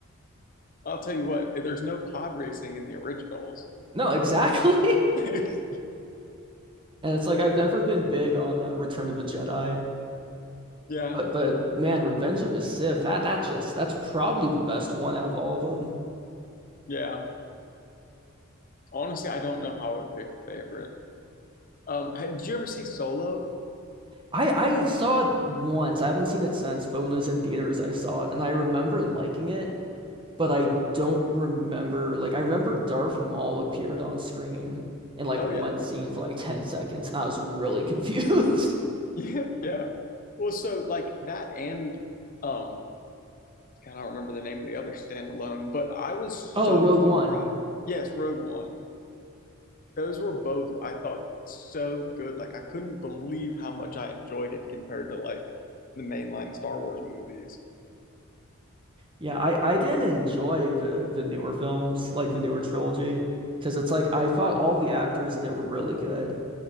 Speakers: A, on the left (about 40°); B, on the right (about 25°).
A: I'll tell you what, there's no pod racing in the originals.
B: No, exactly. <laughs>
A: <laughs>
B: And it's like I've never been big on uh, Return of the Jedi,
A: yeah,
B: but but man, Revenge of the Sith, that that just that's probably the best one out of all of them.
A: yeah. Honestly, I don't know how I would pick a favorite. Um, did you ever see Solo?
B: I I saw it once. I haven't seen it since, but when it was in theaters, I saw it and I remember liking it, but I don't remember like I remember Darth Maul appeared on screen in like
A: Oh
B: one
A: yeah,
B: scene for like 10 seconds and I was really <laughs> confused.
A: <laughs> yeah, yeah. Well, so like that and um, God, I don't remember the name of the other standalone, but I was
B: Oh,
A: so
B: Rogue
A: surprised.
B: One.
A: Yes, Rogue One. Those were both, I thought, so good. Like I couldn't believe how much I enjoyed it compared to like the mainline Star Wars movies.
B: Yeah, I I didn't enjoy the the newer films, like the newer trilogy, because it's like I thought all the actors in it were really good,